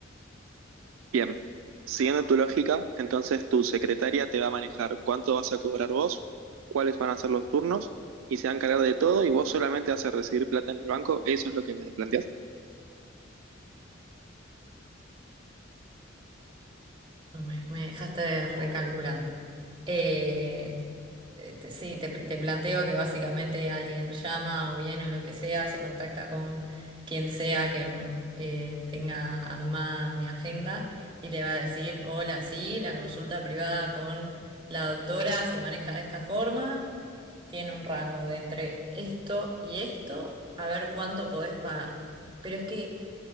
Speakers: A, on the right; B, on the right.
A: Bien, siguiendo tu lógica, entonces tu secretaria te va a manejar cuánto vas a cobrar vos, cuáles van a ser los turnos y se va a encargar de todo y vos solamente vas a recibir plata en el banco. Eso es lo que me planteas.
B: Pues Me, me dejaste recalculando. Eh, te- te- sí, te, te planteo que básicamente alguien llama o viene o lo que sea, se contacta con quien sea que eh, tenga armada mi agenda y le va a decir, hola, sí, la consulta privada con la doctora se maneja de esta forma, tiene un rango de entre esto y esto, a ver cuánto podés pagar. Pero es que